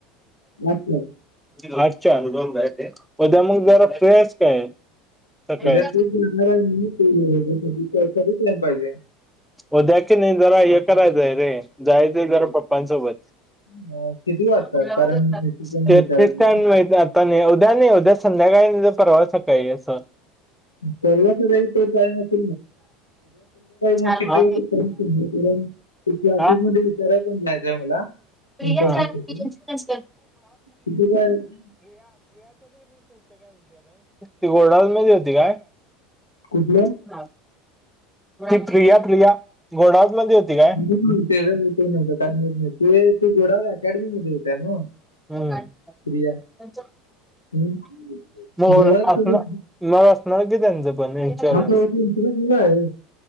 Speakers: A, on the left (about 85°); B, in the centre.
A: अच्छा
B: आठच्या अगोदर <unintelligible> मग जरा फ्रेश काय काय
A: उद्या <unintelligible>
B: उद्या की नाही जरा हे करायचंय रे, जायचंय जरा पप्पांसोबत.
A: अं, किती
B: <unintelligible>
A: वाजता कारण ती पण विचारायची
B: उद्या नाही, उद्या संध्याकाळी नाही तर परवाच सकाळी यायचं.
A: <unintelligible> संध्याकाळी मग
B: हा.
A: किती <unintelligible> क्लासेस
B: हा?
A: मध्ये विचाराय पण जायचंय मला.
B: <unintelligible>
A: इंटर्नशिप
B: होत काय
A: साठी
B: इन्शुरन्स,
A: किती काय
B: गोडवूनमध्ये होती काय?
A: कुठलं
B: <unintelligible> ती प्रिया, प्रिया गोडावत मध्ये होती काय?
A: <unintelligible> त गोडाव अकॅडमी म होत्या ना
B: हम्
A: प्रिया हम्म.
B: <inaudible> म
A: गोव्यात
B: <inaudible> असणार
A: कधी-
B: म असणार की त्यांचं पण इन्शुरन्स.
A: ह इन्शुरन्स मिला आहे